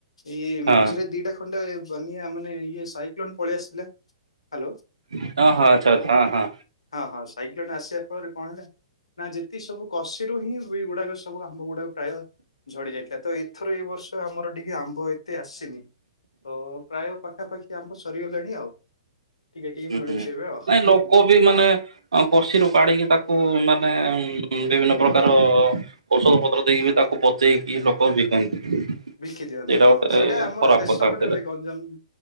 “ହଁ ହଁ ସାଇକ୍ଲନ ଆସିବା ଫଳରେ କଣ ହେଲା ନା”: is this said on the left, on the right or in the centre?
Left